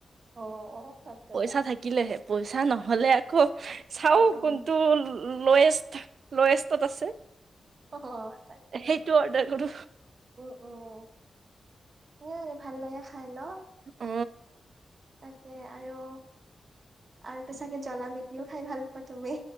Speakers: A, on the right; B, on the right.
A: অ', অ' তাকে
B: পইচা থাকিলেহে পইচা নহলে আকৌ চাও
A: উম, উম,
B: কোনটো লয়েষ্ট লয়েষ্টত আছে।
A: অ তাইকহে
B: সেইটো অৰ্ডাৰ কৰো
A: উম উম। স ভাল লাগে খাই ন।
B: অ
A: তাকে আৰু আৰু ত চাগে জ্বলা মেকিও খাই ভাল। তুমি